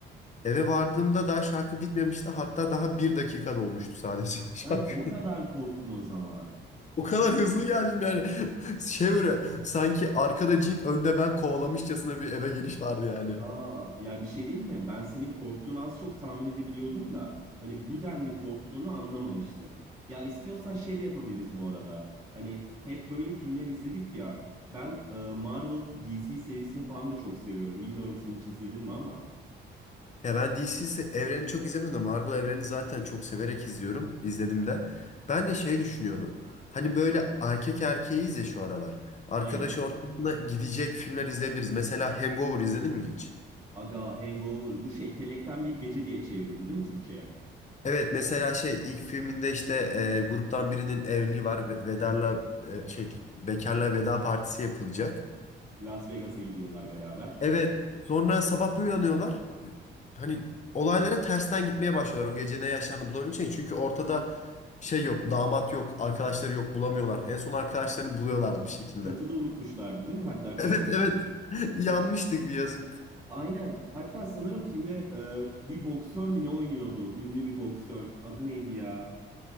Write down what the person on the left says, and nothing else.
Eve vardığımda daha şarkı bitmemişti. Hatta daha bir dakika dolmuştu sadece <laughs> şarkı.
O kadar hızlı geldim yani. <laughs> Şey böyle sanki arkada cin önde ben kovalamışçasına bir eve geliş vardı yani.
Ya ben DC se- evreni çok izlemedim. Marvel evreni zaten çok severek izliyorum. İzledim de. Ben de şey düşünüyordum. Hani böyle erkek erkeğiyiz ya şu aralar. Arkadaş
ortamına gidecek filmler izleyebiliriz. Mesela Hangover izledin mi hiç?
Evet mesela şey ilk filminde işte e, gruptan birinin evliliği var. Ve- Vedarla e, şey bekarla veda partisi yapılacak.
Evet. Sonra sabah bir uyanıyorlar. Hani olaylara tersten gitmeye başlıyorlar. O gece ne yaşandı bulabilmek için. Çünkü ortada şey yok. Damat yok. Arkadaşları yok. Bulamıyorlar. En son arkadaşlarını buluyorlardı bir şekilde.
Evet
evet. <laughs> Yanmıştı yazık.